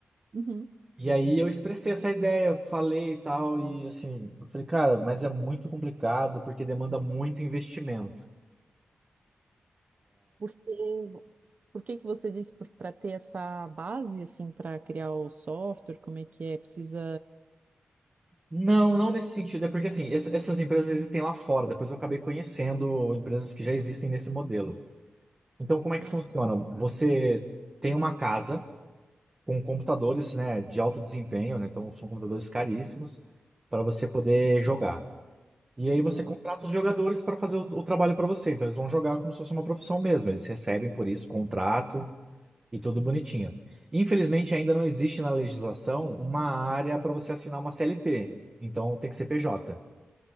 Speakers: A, on the right; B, on the right.
A: Uhum.
B: E aí eu expressei essa ideia, falei e tal, e assim, eu falei, cara, mas é muito complicado porque demanda muito investimento.
A: Porque, por que que você disse para ter essa base assim para criar o software, como é que é? Precisa
B: Não, não nesse sentido. É porque assim, ess- essas empresas existem lá fora. Depois eu acabei conhecendo empresas que já existem nesse modelo. Então, como é
A: Ah,
B: que funciona? Você tem uma casa com computadores, né, de alto desempenho, né? Então são computadores caríssimos para você poder jogar. E aí você
A: hum.
B: contrata os jogadores para fazer o, o trabalho para você. Então eles vão jogar como se fosse uma profissão mesmo. Eles recebem por isso contrato e tudo bonitinho. Infelizmente ainda não existe na legislação uma área para você assinar uma CLT. Então tem que ser PJ.